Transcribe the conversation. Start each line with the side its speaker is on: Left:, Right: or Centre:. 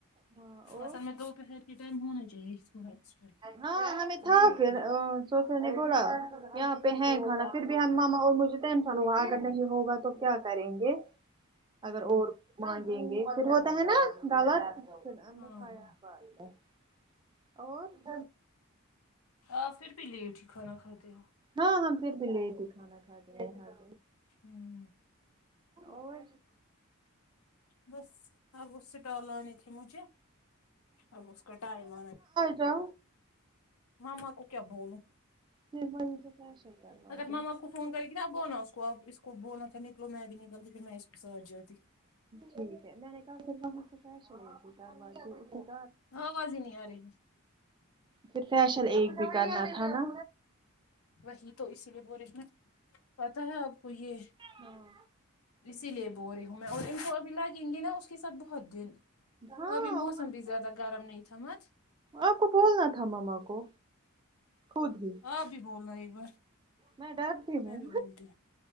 Right: ہاں اور
Left: اصل میں دوپہر کے ٹائم ہونا چاہیے ایکسٹرا
Right: ہاں ہمیں
Left: پکا
Right: تھا پھر
Left: کر
Right: سوفے نے بولا یہاں پہ ہے کھانا پھر بھی ہم ماما اور مجھے ٹینشن ہوا اگر نہیں ہوگا تو کیا کریں گے
Left: ہوں
Right: اگر اور مانگیں گے پھر ہوتا ہے نا <unintelligible>
Left: ہاں ہاں آ پھر بھی لیٹ ہی کھانا کھاتے ہو
Right: ہاں ہم پھر بھی لیٹ ہی کھانا کھاتے ہے ہیاں
Left: ہوں
Right: اور
Left: بس اب وہ سٹال آانی تھی مجھے اب اس کا ٹائم
Right: کیا
Left: مما کو کیا بولا
Right: پھر میں تو پرشر کروا
Left: اگر
Right: کے
Left: ماما کو فون کرے گی نا اب بونا اس کو اب اس کو بولنا تھا نکلو میں بھی نکلتی پھر میں اس کو سہج جاتی
Right: ٹھیک ہے میں نے کہا <unintelligible>
Left: ہاں آواز ہی نہیں آ رہی ہے
Right: پھر فیشل ایک بھی کرنا تھا نا
Left: وہی تو اسی لیے با رہے نا پتا ہے آپ کو یہ
Right: ہاں
Left: اسی لیے بول رہی ہوں میں اور ان کو ابھی لاگیں گی نا اس کے ساتھ بہت دن
Right: ہاں
Left: ابھی موسم
Right: اور
Left: بھی زیادہ گرم نہیں تھامت
Right: آپ کو بولنا تھا مما کو خود ہی
Left: آپ بھی بول رہے ایک بار
Right: میں ڈرتی ہوں
Left: میں بھی بولتی